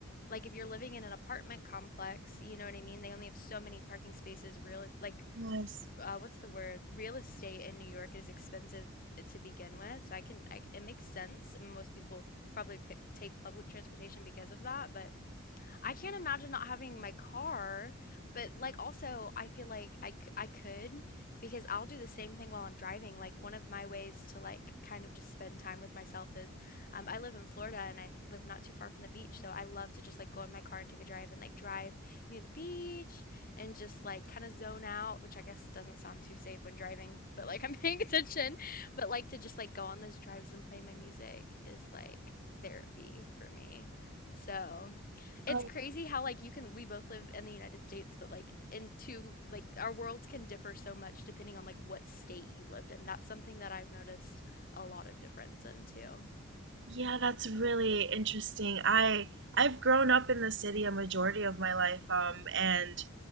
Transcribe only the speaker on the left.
like, if you're living in an apartment complex, you know what I mean? They only have so many parking spaces, real, like,
uh, what's the word? Real estate in New York is expensive t- to begin with. So I can, I, c- it makes sense. And most people probably pick, take public transportation because of that. But I can't imagine not having my car, but like also I feel like I, c- I could because I'll do the same thing while I'm driving. Like one of my ways to like kind of just spend time with myself is um, I live in Florida and I live not too far from the beach, so I love to just like go in my car and take a drive and like drive near the beach and just like kind of zone out, which I guess doesn't sound too safe when driving, but like I'm <laughs> paying attention. But like to just like go on those drives and play my music is like therapy for me. So, it's
crazy how like you can we both live in the United States, but like in two like our worlds can differ so much depending on like what state you lived in. That's something that I've noticed a lot of difference in too.